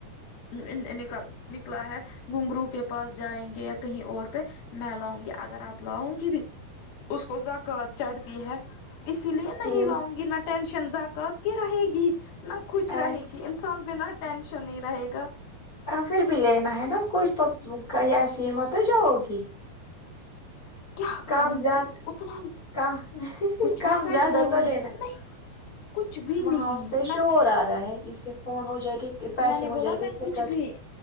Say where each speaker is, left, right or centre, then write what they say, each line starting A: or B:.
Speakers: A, on the left; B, on the left.
A: نک نکلا ہے گھنگرو کے پاس جائیں گے یا کہیں اور پہ میں لاں گی اگر آپ لاؤں گی بھی اس کو سک چڑھتی ہے اسی لیے نہیں
B: ہ
A: لاؤں گی نہ ٹینشن ا کر کے رہے گی نہ خوچ
B: ہ
A: رہے گی انسان بنا ٹشن نہیں رہے گا
B: پھر بھی لینا ہے نا کھ تو ایسی ہمت ہے جاؤگی
A: <unintelligible>
B: کام زیاد
A: گی اتنا
B: کا
A: کچھ
B: کام
A: میں سچ
B: زیاد
A: بولوں
B: ہو تو لینا
A: گی نا نہیں کچھ بھی نہیں
B: وہاں سے
A: میں
B: شور آ رہا ہے اسے فون ہو جائے گی پیسے
A: میں نے
B: ہو
A: بولا
B: جائے گے
A: میں
B: پھر
A: کچھ
B: کٹ
A: بھی